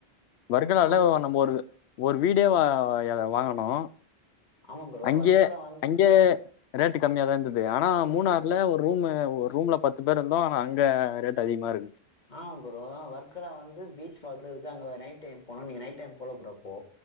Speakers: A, on the left (about 75°); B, on the left (about 40°).
A: வர்கலால
B: ஆ ப்ரோ
A: நம்ம ஒரு ஒரு வீடே வா வாயல வாங்கனு
B: ஆமா ப்ரோ
A: அங்கே
B: வர்க்கலா வந்து
A: அங்கே ரேட்டு கம்மியாதா இருந்தது ஆனா மூணாறுல ஒரு ரூம் ஒரு ரூம்ல பத்து பேர் இருந்தோ ஆனா அங்க ரேட் அதிகமா இருக்கு
B: ஆஹ் ப்ரோ வர்கலா வந்து பீச் பாக்கத்துல இருக்கு அங்க நைட் டைம் போனு நீங்க நைட் டைம் போல ப்ரோ அப்போ